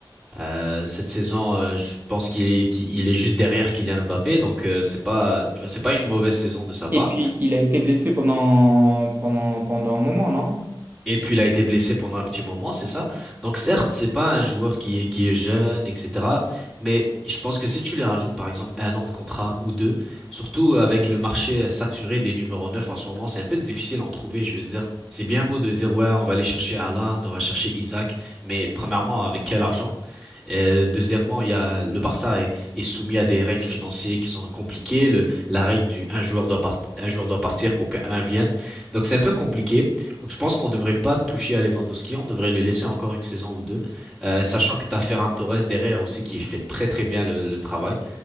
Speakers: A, in the centre; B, on the right.
A: euh, cette saison, euh, je pense qu'il est, qu'il il est juste derrière Kylian Mbappé, donc euh, c'est pas, tu vois, c'est pas une mauvaise saison de sa part.
B: Et puis, il a été blessé pendant, pendant, pendant un moment, non?
A: Et puis il a été blessé pendant un petit moment, c'est ça? Donc certes, c'est pas un joueur qui est, qui est jeune, etc. Mais je pense que si tu les rajoutes par exemple un an de contrat ou deux, surtout avec le marché saturé des numéros 9 en ce moment, c'est un peu difficile à en trouver, je veux dire. C'est bien beau de dire ouais, on va aller chercher Haaland, on va chercher Isaac, mais premièrement, avec quel argent? Et deuxièmement, il y a le Barça est, est soumis à des règles financières qui sont compliquées, le, la règle du un joueur doit part- un joueur doit partir pour qu'un vienne. Donc c'est un peu compliqué. Donc je pense qu'on ne devrait pas toucher à Lewandowski, on devrait le laisser encore une saison ou deux, Euh, sachant que t'as Ferran Torres derrière aussi qui fait très très bien le, le travail.